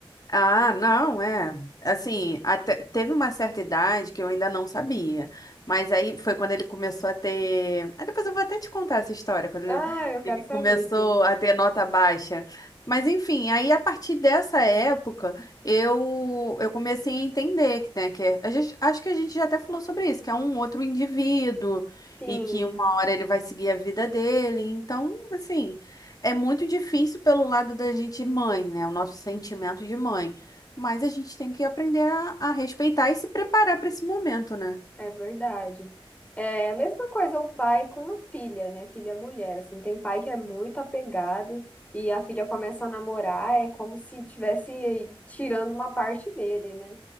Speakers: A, on the left; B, on the left.
A: Ah, não, é. Assim, até, teve uma certa idade que eu ainda não sabia. Mas aí foi quando ele começou a ter. Ah, depois eu vou até te contar essa história, quando ele
B: Ah, eu quero
A: ele
B: saber,
A: começou
B: sim.
A: a ter nota baixa. Mas enfim, aí a partir dessa época eu, eu comecei a entender que, né, que é- a gente, acho que a gente já até falou sobre isso, que é um outro indivíduo
B: Sim.
A: e que uma hora ele vai seguir a vida dele. Então, assim. É muito difícil pelo lado da gente mãe, né? O nosso sentimento de mãe. Mas a gente tem que aprender a, a respeitar e se preparar para esse momento, né?
B: É verdade. É a mesma coisa o pai com a filha, né? Filha mulher, assim, tem pai que é muito apegado e a filha começa a namorar, é como se tivesse tirando uma parte dele, né?